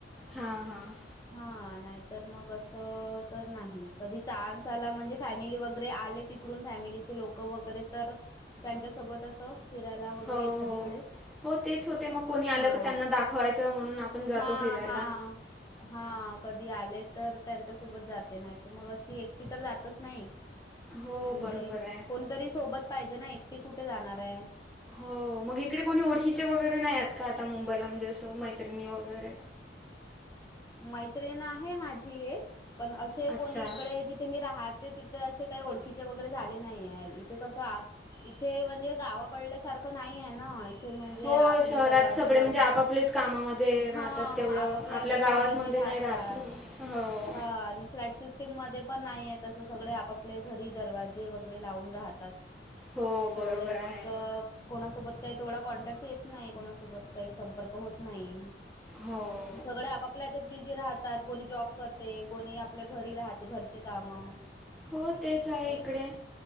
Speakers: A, in the centre; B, on the left (about 20°).
A: हा. हां हां.
B: हा नाहीतर मग असं तर नाही कधी चान्स झाला म्हणजे फॅमिली वगैरे आले तिकडून फॅमिलीचे लोकं वगैरे तर त्यांच्या सोबत असं फिरायला वगैरे
A: हो हो.
B: एखादी वेळेस
A: हो तेच होते मग कोणी आलं
B: हा
A: क त्यांना दाखवायचं म्हणून आपण जातो
B: हा
A: फिरायला.
B: हा. हा कधी आले तर त्यांच्यासोबत जाते नाहीतर मग अशी एक टी तर जातच नाही
A: हो
B: आणि
A: बरोबर आहे.
B: कोणतरी सोबत पाहिजे नाही. ती कुठे जाणार आहे?
A: हो मग इकडे कोणी ओळखीचे वगैरे नाही आहेत का आता मुंबईला म्हणजे असं मैत्रिणी वगैरे
B: मैत्रिण आहे माझी एक पण अशे
A: अच्छा
B: कोणी इकडं जिथे मी राहात ते तिथे अशे काय ओळखीचे वगैरे झाले नाहीये इथं कसं आ इथे म्हणजे गावाकडल्यासारखं नाही आहे ना. थे म्हणजे
A: हो
B: आपले
A: शहरात
B: दरवाजे
A: सगळे
B: लावून
A: म्हणजे आपापलेच कामामध्ये राहतात
B: हा
A: तेवढं
B: आप-आपल्या
A: आपल्या
B: हेच्यात
A: गावामध्ये
B: तच बिझी राहतात
A: नाही राहत ना. हो.
B: हा आणि फ्लॅट सिस चे मध्ये पण नाही आहे असं सगळे आप-आपले घरी दरवाजे वगैरे लावून राहतात.
A: हो
B: त्याच्यामुळे
A: बरोबर आहे.
B: मगं कोणासोबत काही तेवढा कॉन्टॅक्ट येत नाही कोणासोबत काही संपर्क होत नाही.
A: हो.
B: म सगळे आपापल्या याच्यात बिझी राहतात कोणी जॉब करते कोणी आपल्या घरी राह ते घरचे कामं
A: हो तेच आहे
B: त्याच्यामुळे
A: इकडे.